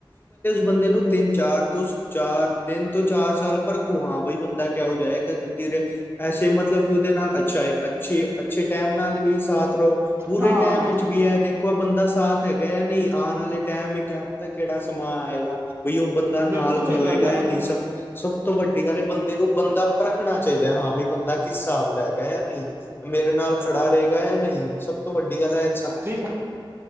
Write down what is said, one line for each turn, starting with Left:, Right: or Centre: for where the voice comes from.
Left: ਬੰਦੇ ਨੂੰ ਤਿੰਨ ਤੋਂ ਚਾਰ, ਤਿੰਨ ਤੋੰ ਚਾਰ ਸਾਲ ਪਰਖੋ ਹਾਂ ਬਾਈ, ਬੰਦਾ ਕਿਹੋ ਜਿਹਾ ਜਾਏ ਕ ਐਸੇ ਮਤਲਬ ਕਿ, ਉਹਦੇ ਨਾਲ ਅੱਛਾ ਹੈ। ਅੱਛੇ- ਅੱਛੇ ਟਾਈਮ ਨਾਲ ਵੀ ਸਾਥ ਰਹੋ। ਪੂਰੇ,
Right: ਹਾਂ
Left: ਟਾਈਮ ਵਿੱਚ ਵੀ ਐ ਤੇ। ਕੋਈ ਬੰਦਾ ਸਾਥ ਹੈਗਾ ਜਾਂ ਨਹੀਂ ਆਉਣ ਵਾਲੇ ਟਾਈਮ ਕਿਆ ਪਤਾ ਕਿਹੜਾ ਸਮਾਂ ਆਏਗਾ। ਬਈ ਉਹ ਬੰਦਾ ਨਾਲ
Right: ਬਿਲਕੁਲ
Left: ਖਲੋਏਗਾ
Right: ਸਹੀ ਗੱਲ ਹੈ
Left: ਜਾ ਨਹੀਂ ਸਭ ਸਭ ਤੋਂ ਵੱਡੀ ਗੱਲ ਹੈ ਬੰਦੇ ਨੂੰ ਬੰਦਾ ਪਰਖਣਾ ਚਾਹੀਦਾ ਹਾਂ ਬਈ ਬੰਦਾ ਕਿਸ ਹਿਸਾਬ ਦਾ ਹੈਗਾ ਜਾਂ ਨਹੀਂ। ਮੇਰੇ ਨਾਲ ਖੜਾ ਰਹੇਗਾ ਜਾਂ ਨਹੀਂ ਸਭ ਤੋਂ ਵੱਡੀ ਗੱਲ ਐ।
Right: ਬਿਲ